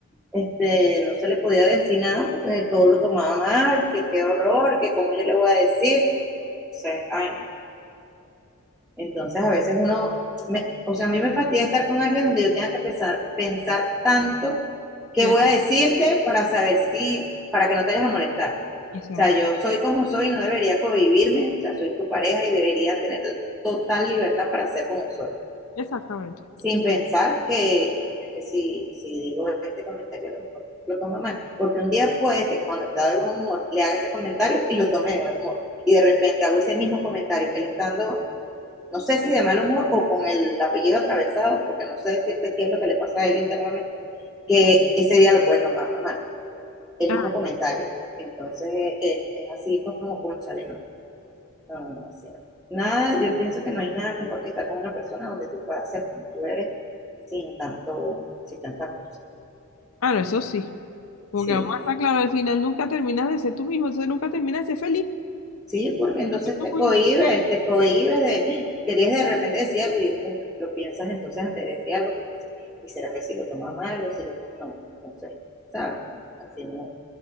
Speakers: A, in the centre; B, on the left.
A: este, no se le podía decir nada porque todo lo tomaba mal, que qué horror, que cómo yo le voy a decir. Entonces, ay, no. Entonces a veces uno, me- o sea, a mí me fastidia estar con alguien donde yo tenga que pensar, pensar tanto qué
B: Qué-
A: voy a decirte para saber si, para que no te vayas a molestar.
B: Exacto.
A: O sea, yo soy como soy, y no debería convivirme, o sea, soy tu pareja y debería tener total libertad para ser como soy.
B: Exactamente.
A: sin pensar que, que si, si digo este comentario a lo mejor lo tomo mal, porque un día puede que cuando está de buen humor le haga ese comentario y lo tome de buen humor, y de repente hago ese mismo comentario, él estando, no sé si de mal humor o con el apellido atravesado, porque no sé decirte qué es lo que le pasa a él internamente, que ese día lo puede tomar mal, el
B: Ah,
A: mismo comentario. Entonces eh, eh, es así como, con chale, ¿no? No, no, no, sí. Nada, yo pienso que no hay nada mejor que estar con una persona donde tú puedas ser como tú eres sin tanto, sin tanta cosa.
B: claro, eso sí. Porque
A: Sí,
B: vamos a estar claro, al final nunca terminas de ser tú mismo, entonces nunca terminas de ser feliz.
A: sí, porque entonces
B: Lo que tú
A: te
B: puedes
A: cohibes,
B: ser tú.
A: te cohibes de, querías de repente decir algo y bueno, lo piensas entonces antes de decir algo, porque sí, y será que si lo toma mal o si lo, no, entonces, ¿sabes? No, así no,